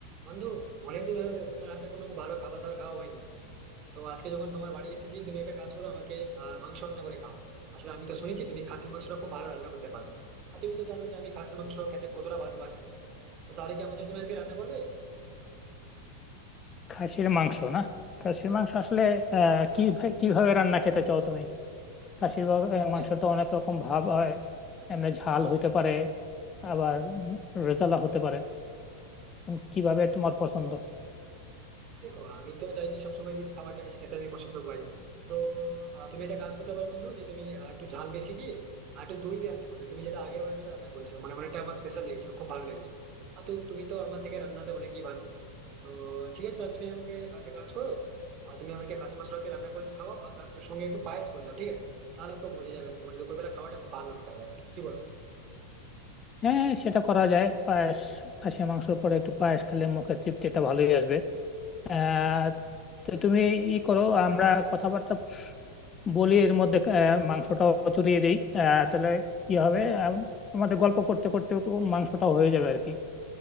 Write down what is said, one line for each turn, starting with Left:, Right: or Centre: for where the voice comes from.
Right: বন্ধু অনেকদিন হয়ে গেল তোমার হাতে কোনো ভালো খাবার দাবার খাওয়া হয়নি তো আজকে যখন তোমার বাড়ি এসেছি তুমি একটা কাজ করো আমাকে আহ, মাংস রান্না করে খাও আসলে আমি তো শুনেছি তুমি খাসির মাংসটা খুব ভালো রান্না করতে পারো আর তুমি তো জানো যে আমি খাসির মাংস খেতে কতটা ভালোবাসি তো তাহলে কি আমার জন্য তুমি আজকে রান্না করবে
Left: খাসির মাংস না খাসির মাংস আসলে আহ কি কিভাবে রান্না খেতে চাও তুমি খাসির বা- আহ,
Right: দেখ
Left: মাংস তো অনেক রকম ভাব হয় এমনি ঝাল হইতে পারে আবার রেজালা হতে পারে উম, কিভাবে তোমার পছন্দ
Right: দেখো আমি তো চাই যে সবসময় রিচ খাবারটা বেশি খেতে আমি পছন্দ করি তো আহ, তুমি একটা কাজ করতে পারো বন্ধু যে তুমি আহ, একটু ঝাল বেশি দিয়ে আর একটু দই দিয়ে রান্না করবে তুমি যেটা আগের বার যেটা রান্না করেছিলে মানে অনেকটা আমার স্পেশাল লেগেছিল খুব ভালো লেগেছিল আর তো তুমি তো আমার থেকে রান্নাতে অনেকই ভালো তো ঠিক আছে তাহলে তুমি আমাকে একটা কাজ করো আর তুমি আমাকে খাসির মাংস আজকে রান্না করে খাও আর তার সঙ্গে একটু পায়েস করে দাও ঠিক আছে তাহলে একটু মজে যাবে আজকে মানে দুপুরবেলা খাওয়াটা খুব ভালো হবে তাহলে আজকে কি বলো
Left: হ্যাঁ সেটা করা যায় পায়েস খাসির মাংসের পরে একটু পায়েস খেলে মুখে তৃপ্তিটা ভালোই আসবে আহ তো তুমি ই করো আমরা কথাবার্তা বলি এর মধ্যে আহ, মাংসটাও চড়িয়ে দিই আহ তাহলে কি হবে আম- আমাদের গল্প করতে করতে মাংসটাও হয়ে যাবে আর কি